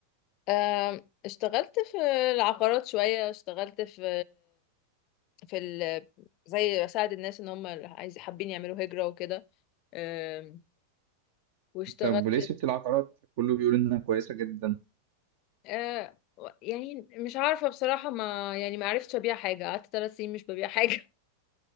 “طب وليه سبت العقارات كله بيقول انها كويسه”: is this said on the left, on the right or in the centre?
Right